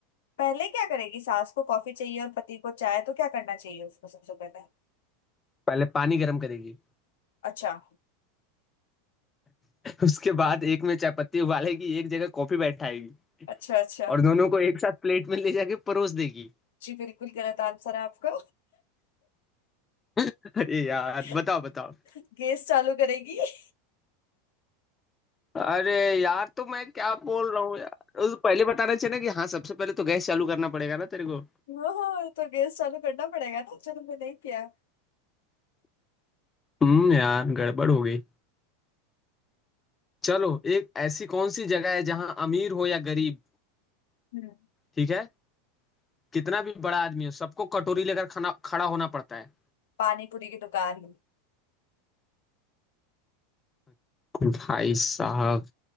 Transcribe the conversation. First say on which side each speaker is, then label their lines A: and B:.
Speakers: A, on the left; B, on the left.
A: पहले क्या करेगी सास को कॉफी चाहिए और पति को चाय तो क्या करना चाहिए उसको सबसे पहले
B: पहले पानी गर्म करेगी
A: अच्छा
B: <laughs> उसके बाद एक में चाय पत्ती उबालेगी एक जगह कॉफी बैठाएगी
A: अच्छा अच्छा
B: और दोनों को एक साथ प्लेट में ले जाके परोस देगी
A: जी बिल्कुल गलत आंसर है आपका
B: <laughs> अरे यार
A: <laughs>
B: बताओ बताओ
A: गैस चालू करेगी <laughs>
B: अरे यार तो मैं क्या बोल रहा हूँ यार उस पहले बताना चाहिए ना कि हाँ सबसे पहले तो गैस चालू करना पड़ेगा ना तेरे को
A: ओह तो गैस चालू करना पड़ेगा ना चलो मैं नहीं किया
B: हम्म यार गड़बड़ हो गई चलो एक ऐसी कौन सी जगह है जहाँ अमीर हो या गरीब
A: हम्म,
B: ठीक है कितना भी बड़ा आदमी हो सबको कटोरी लेकर खाना खड़ा होना पड़ता है
A: पानी पूरी की दुकान
B: भाई साहब